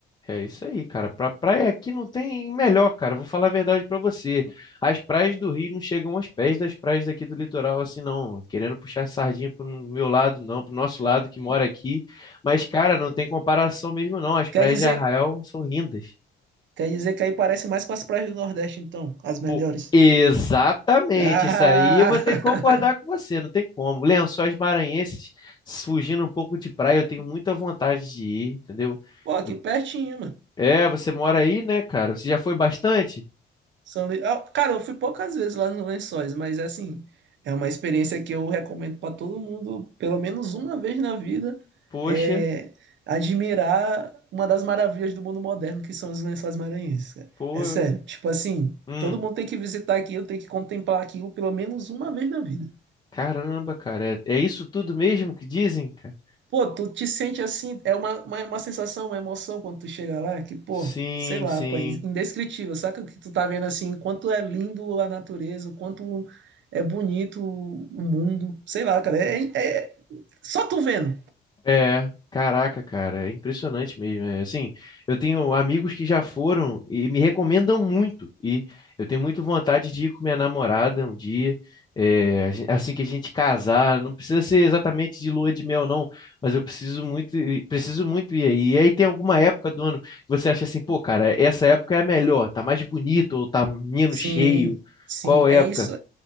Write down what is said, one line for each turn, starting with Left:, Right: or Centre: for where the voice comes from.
Left: É isso aí, cara. Pra praia aqui não tem melhor, cara. Vou falar a verdade pra você. As praias do Rio não chegam aos pés das praias daqui do litoral, assim, não. Querendo puxar sardinha pro meu lado, não, pro nosso lado que mora aqui. Mas, cara, não tem comparação mesmo, não. As praias
Right: Quer dizer,
Left: de Arraial são lindas.
Right: quer dizer que aí parece mais com as praias do Nordeste, então, as melhores.
Left: Pô, exatamente.
Right: Ah!
Left: Isso aí eu vou ter que concordar com você, não tem como. Lençóis maranhenses, fugindo um pouco de praia, eu tenho muita vontade de ir, entendeu?
Right: <laughs> Pô, aqui
Left: Eu-
Right: pertinho, mano.
Left: É, você mora aí, né, cara? Você já foi bastante?
Right: São Luís. Ah, Cara, eu fui poucas vezes lá nos Lençóis, mas é assim, é uma experiência que eu recomendo para todo mundo, pelo menos uma vez na vida,
Left: Poxa,
Right: é, admirar uma das maravilhas do mundo moderno que são os Lençóis Maranhenses, cara.
Left: pô,
Right: É
Left: eu-
Right: sério, tipo assim,
Left: hum,
Right: todo mundo tem que visitar aquilo, tem que contemplar aquilo pelo menos uma vez na vida.
Left: caramba, cara, é, é isso tudo mesmo que dizem, cara?
Right: Pô, tu te sente assim, é uma, uma, uma sensação, uma emoção quando tu chega lá, que, pô,
Left: Sim,
Right: sei lá,
Left: sim.
Right: pô, é indescritível, saca o que tu tá vendo assim, quanto é lindo a natureza, o quanto é bonito o mundo, sei lá, cara, é, é- só tu vendo.
Left: É, caraca, cara, é impressionante mesmo. é, assim, eu tenho amigos que já foram e me recomendam muito. E eu tenho muita vontade de ir com minha namorada um dia, é, a gen- assim que a gente casar. Não precisa ser exatamente de lua de mel, não, mas eu preciso muito, ir- preciso muito ir aí. E aí tem alguma época do ano que você acha assim, pô, cara, essa época é a melhor, tá mais bonito ou tá menos
Right: Sim,
Left: cheio?
Right: sim,
Left: Qual época?
Right: é isso,